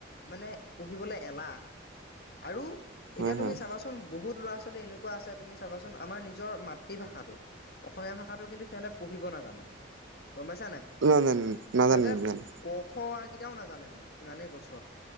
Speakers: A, on the left; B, on the right.
A: মানে পঢ়িবলৈ এলাহ আৰু এতিয়া
B: হয়
A: তুমি
B: হয়
A: চাবাচোন বহুত ল'ৰা-ছোৱালী এনেকুৱা আছে তুমি চাবাচোন আমাৰ নি নিজৰ মাতৃভাষাটো, অসমীয়া ভাষাটো কিন্তু সিহঁতে পঢ়িব নাজানে। গম পাইছানে নাই?
B: নাজানো নাজানো
A: সিহঁতে
B: নাজানো
A: ক, খ, অ, আ কেইটাও নাজানে মানে সিমানেই কৈছোঁ।